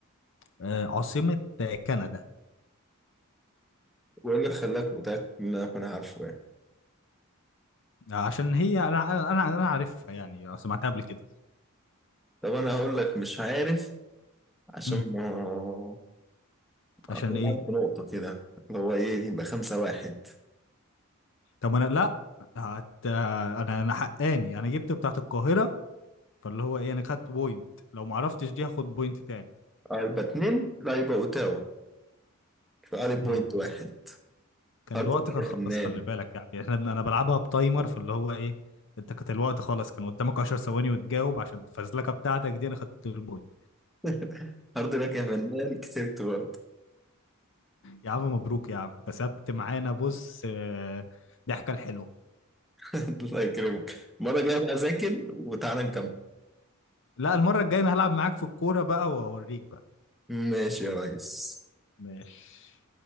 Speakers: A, on the left; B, in the centre.
A: آه عاصمة آه، كندا
B: وايه اللي خلاك متاكد ان انا اكون عارفه يعني
A: آه، عشان هي انا انا انا عارفها يعني سمعتها قبل كده
B: طب انا هقول لك مش عارف عشان
A: امم
B: ما طلعت
A: عشان ايه
B: بنقطة كده اللي هو ايه يبقى خمسة واحد
A: طب انا لا هت... انا انا حقاني انا جبت بتاعت القاهرة فاللي هو ايه انا خدت بوينت لو ما عرفتش دي هاخد بوينت تاني
B: اه يبقى اتنين لا يبقى اوتاوا يبقى عليك بوينت
A: امم
B: واحد
A: كان
B: هارد
A: الوقت
B: لك
A: كان
B: يا
A: خلاص
B: فنان
A: خلي بالك يعني احنا بن... انا بلعبها بتايمر فاللي هو ايه انت كانت الوقت خلاص كان قدامك 10 ثواني وتجاوب عشان الفزلكه بتاعتك دي انا خدت البوينت
B: <laughs> هارد لك يا فنان كسبت برضه
A: يا عم مبروك يا عم كسبت معانا بص آه، ضحكه الحلوه
B: <laughs> الله يكرمك المرة الجاية بقى أذاكر وتعالى نكمل
A: لا المره الجايه انا هلعب معاك في الكوره بقى واوريك بقى
B: ماشي يا ريس
A: ماشي